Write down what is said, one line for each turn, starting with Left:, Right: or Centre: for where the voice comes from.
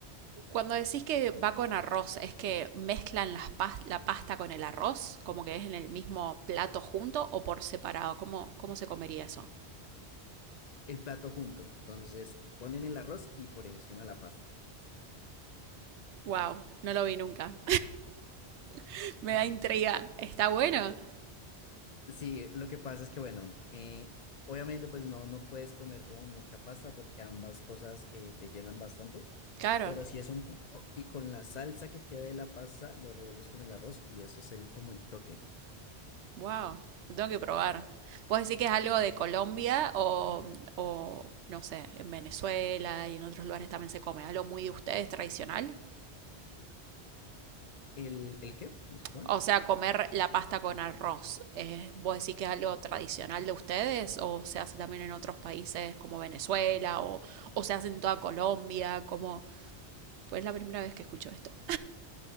Right: Cuando decís que va con arroz, ¿es que mezclan las pas- la pasta con el arroz? ¿Como que es en el mismo plato junto o por separado? ¿Cómo, cómo se comería eso?
Left: El plato junto, entonces ponen el arroz y por encima la pasta.
Right: Wow, no lo vi nunca. <laughs> Me
Left: Sí.
Right: da intriga. Está bueno.
Left: Sí, lo que pasa es que, bueno, eh, obviamente pues no, no puedes comer como mucha pasta porque ambas cosas eh, te llenan bastante,
Right: Claro.
Left: pero si es un poco y con la salsa que queda de la pasta lo revuelves con el arroz y eso es el, como el toque.
Right: Wow, lo tengo que probar. ¿Puedes decir que es algo de Colombia o, o, no sé, en Venezuela y en otros lugares también se come? ¿Algo muy de ustedes tradicional?
Left: ¿El, el qué? Disculpa.
Right: O sea, comer la pasta con arroz. eh, ¿vos decís que es algo tradicional de ustedes o se hace también en otros países como Venezuela o, o se hace en toda Colombia? Como, pues es la primera vez que escucho esto.